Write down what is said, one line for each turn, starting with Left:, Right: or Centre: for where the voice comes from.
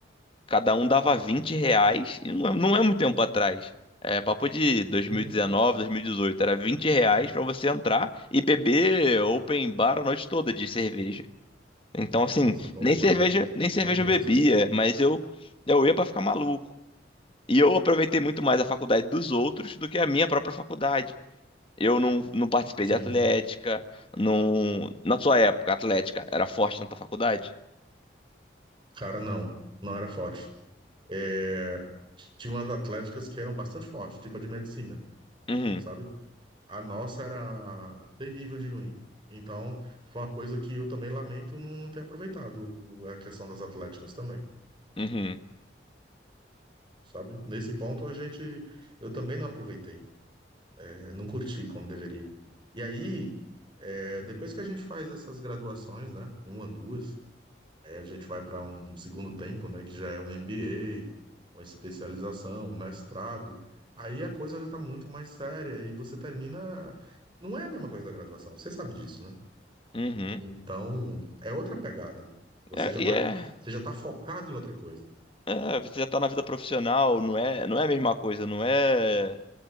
Left: Cada um dava 20 reais, e não é, não é muito tempo atrás. É papo de dois
Right: Uhum.
Left: dois mil mil e dezenove, dois mil e dezoito Era vinte reais
Right: É.
Left: pra você entrar e beber open bar a noite toda de cerveja. Então, assim,
Right: Nossa, bom
Left: nem
Right: demais,
Left: cerveja,
Right: hein?
Left: nem cerveja
Right: Bom demais.
Left: eu bebia, mas eu, eu ia pra ficar maluco. E eu aproveitei muito mais a faculdade dos outros do que a minha própria faculdade. Eu não, não participei
Right: Sim.
Left: de atlética, não... Na sua época, a atlética era forte na tua faculdade?
Right: Cara, não. Não era forte. É... Tinha umas atléticas que eram bastante fortes, tipo a de medicina,
Left: Uhum,
Right: sabe? A nossa era terrível de ruim. Então, foi uma coisa que eu também lamento não, não ter aproveitado a questão das atléticas também,
Left: uhum,
Right: sabe? Nesse ponto, a gente... Eu também não aproveitei. Eu não curti como deveria. E aí, é, depois que a gente faz essas graduações, né, uma, duas, é, a gente vai para um segundo tempo, né, que já é um MBA, uma especialização, um mestrado. Aí a coisa já está muito mais séria e você termina. Não é a mesma coisa da graduação, você sabe disso, né?
Left: uhum.
Right: Então, é outra pegada. Você
Left: É,
Right: já
Left: e
Right: está
Left: é.
Right: você já tá focado em outra coisa.
Left: É, você já tá na vida profissional, não é, não é a mesma coisa, não é,